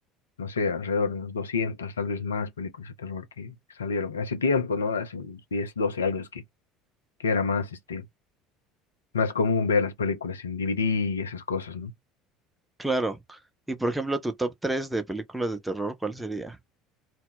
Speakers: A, on the left; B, in the centre.
A: no sé, alrededor de unos 200, tal vez más películas de terror que salieron. Hace tiempo, ¿no? Hace unos 10, 12 años que, que era más, este, más común ver las películas en DVD y esas cosas, ¿no?
B: claro. Y por ejemplo, tu top 3 de películas de terror, ¿cuál sería?